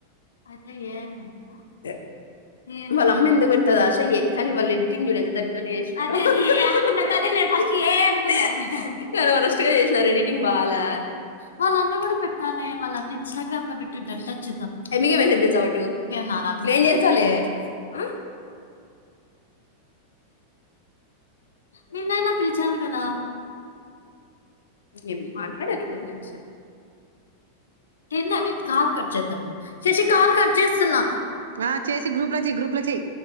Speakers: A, on the left; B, on the right.
A: అదే ఏ అన్నావ ఏ వాళ్ళ అమ్మ ఎందుకు పెడతద ఆశ ఏ కానీ వాళ్ళ ఎడిటింగ్ చూడు ఎంత దరిద్రంగా చేసినారో ఫస్ట్ ఏఐ అనుకున్న వరస్ట్ గా చేసినారో ఎడిటింగ్ బాలే వాళ్ళ అమ్మ కూడా పె కాదు మే వాళ్ళ అన్న ఇన్స్టాగ్రామ్ లో పెట్టుంటాడు టచ్ చూద్దాం ఎ మియే మెసేజెసావ్ అటు ఏం నాదాట్లో నేను చేస్తాలే. అ నిన్నైనా పిలచాలి కదా ఏం మాట్లాడట్లేదు లేక్ష డి నవి కాల్ కట్ చేద్దాం శశి కాల్ కట్ చేస్తున్నా.
B: ఆ చేసి గ్రూప్ లో చెయ్ గ్రూప్ లో చెయ్